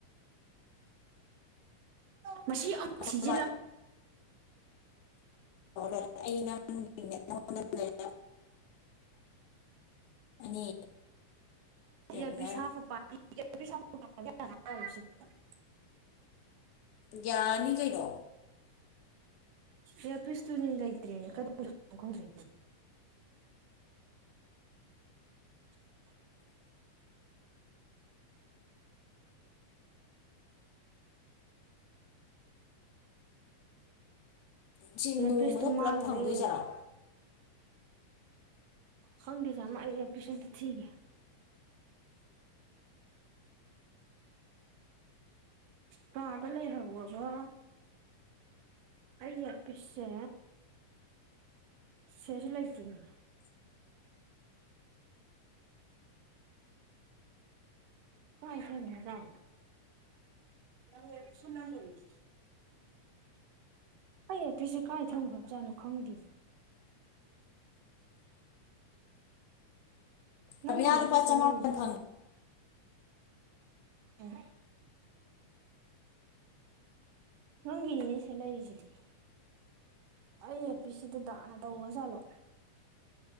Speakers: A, on the right (about 80°); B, on the left (about 75°).
A: <unintelligible> ꯃꯁꯤ ꯑꯃ
B: ꯑꯗꯨꯝ
A: ꯊꯤꯖꯤꯜꯂꯝ
B: ꯄꯨꯔꯛꯑꯣ ꯐꯔꯕꯅꯤꯅ ꯑꯩꯈꯣꯏ ꯕꯥ ꯑꯩꯩꯅ <unintelligible> ꯂꯩꯔꯛꯑꯅꯤ ꯔꯕꯤꯅꯥ
A: ꯌꯥ ꯄ ꯁꯥꯥꯄ ꯄ <unintelligible>
B: ꯒꯌꯥꯅꯤ ꯀꯩꯅꯣ
A: ꯏꯌꯥꯄꯤꯁꯇꯨꯅꯤ ꯂꯩꯇꯔꯦ ꯀꯗꯣꯝ ꯆꯠꯈꯔꯅꯣ ꯈꯪꯗꯔꯦ <unintelligible> <unintelligible>
B: ꯁꯤ
A: ꯑꯦꯔꯄꯤꯁꯇꯨ
B: ꯅꯣꯡꯃꯗ
A: ꯃꯥꯥꯡꯒ꯭ꯔꯦ
B: ꯄꯨꯂꯞ ꯐꯪꯗꯣꯏꯖꯥꯔꯣ
A: ꯈꯪꯗꯦ ꯁꯥꯥꯝꯃ ꯑꯩ ꯑꯦꯔꯄꯤꯁ‌ ꯑꯝꯇ ꯊꯤꯒꯦ ꯀꯗ ꯂꯩ ꯍꯧꯔꯕ ꯑꯩ ꯏꯌꯥꯄꯤꯁꯁꯦ ꯁꯤꯗꯁꯨ ꯂꯩꯇꯦꯅꯦ ꯀꯥꯏ ꯊꯟꯒꯔꯖꯥꯠꯅꯣ ꯅꯪ ꯑꯦꯔꯄꯤꯁꯁꯨ ꯂꯩꯒꯔꯦ ꯑꯩ ꯏꯌꯔꯄꯤꯁꯦ ꯀꯥꯏ ꯊꯝꯈ꯭ꯔꯕꯖꯥꯠꯅꯣ ꯈꯪꯗꯦ ꯅꯪꯒꯤ
B: ꯔꯕꯤꯅꯥ
A: ꯅꯠꯇꯔꯣ
B: ꯂꯨꯄꯥ
A: ꯁꯤ
B: ꯆꯃꯥꯄꯜ
A: ꯂꯩꯖꯦ
B: ꯐꯪ
A: ꯎꯝ ꯅꯪꯒꯤꯅꯤꯅꯦ ꯁꯤ ꯂꯩꯏꯁꯤꯗꯤ ꯑꯩ ꯑꯦꯄꯤꯁꯤ ꯗꯗꯥꯅ ꯇꯧꯈ꯭ꯔ ꯖꯥꯠꯂꯣ